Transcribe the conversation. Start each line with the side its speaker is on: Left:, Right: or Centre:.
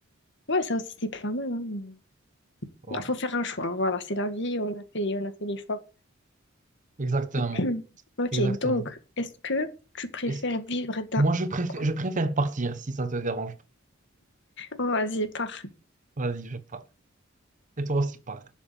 Left: Ouais, ça aussi, c'est pas mal, hein, mais-
Right: Voilà.
Left: Bah, Faut faire un choix, hein, voilà, c'est la vie, on a fait, on a fait les choix.
Right: Exactement.
Left: Hmm. Ok,
Right: Exactement.
Left: donc, est-ce que tu préfères
Right: Est-ce que
Left: vivre d'un
Right: moi je préfère
Left: Quoi
Right: je préfère partir si ça te dérange. pas.
Left: Oh, vas-y, pars.
Right: Vas-y, je pars. Et toi aussi, pars.